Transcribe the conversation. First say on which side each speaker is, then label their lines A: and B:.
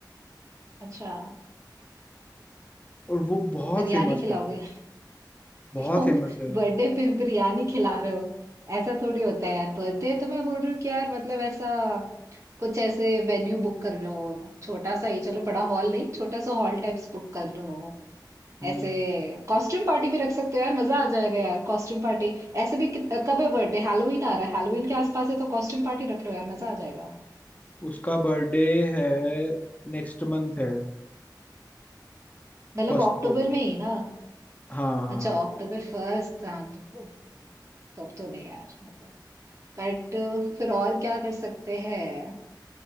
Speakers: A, on the right (about 40°); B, on the left (about 20°).
A: अच्छा
B: और वो बहुत
A: बिरयानी
B: फेमस
A: खिलाओगे
B: है बहुत
A: तुम
B: फेमस है
A: बर्थडे पे बिरयानी खिला रहे हो ऐसा थोड़ी होता है यार बर्थडे तो मैं बोल रही हूँ कि यार मतलब ऐसा कुछ ऐसे वेन्यू बुक कर लो छोटा सा ही चलो बड़ा हॉल नहीं छोटा सा हॉल टाइप्स बुक कर लो
B: हम्म,
A: ऐसे कॉस्ट्यूम पार्टी भी रख सकते हो यार मजा आ जाएगा यार कॉस्ट्यूम पार्टी ऐसे भी कित- कब है बर्थडे हैलोवीन आ रहा है हैलोवीन के आसपास है तो कॉस्ट्यूम पार्टी रख लो यार मजा आ जाएगा
B: उसका बर्थडे है नेक्स्ट मंथ है
A: मतलब
B: फर्स्ट
A: अक्टूबर
B: को
A: में ही ना
B: हाँ हाँ
A: अच्छा
B: हाँ
A: अक्टूबर फर्स्ट हाँ तो, तो अब तो नहीं यार मतलब बट फिर और क्या कर सकते हैं